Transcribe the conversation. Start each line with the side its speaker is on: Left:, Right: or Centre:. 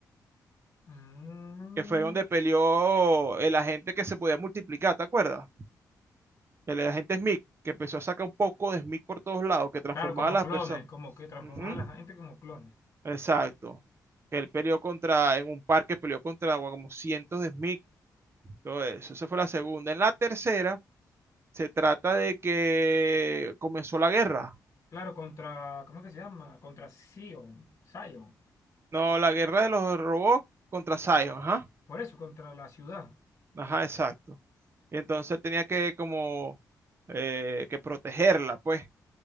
Left: Mm,
Right: Que fue donde peleó el agente que se podía multiplicar, ¿te acuerdas? El agente Smith, que empezó a sacar un poco de Smith por todos lados, que transformaba
Left: claro, como
Right: a las
Left: clones,
Right: personas.
Left: como que transformaba
Right: Ujú,
Left: a la gente como clones.
Right: Exacto. Que él peleó contra, en un parque peleó contra bueno, como cientos de Smith, todo eso. Esa fue la segunda. En la tercera. Se trata de que comenzó la guerra.
Left: Claro, contra, ¿cómo es que se llama? Contra Sion, Sion.
Right: No, la guerra de los robots contra Zion, ajá.
Left: Por eso, contra la ciudad.
Right: Ajá, exacto. Y entonces él tenía que como eh, que protegerla, pues.